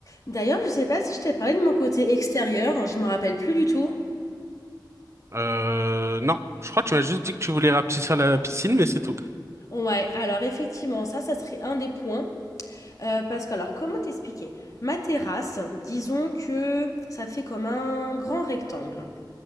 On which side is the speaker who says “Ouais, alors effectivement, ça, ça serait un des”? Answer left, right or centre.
Left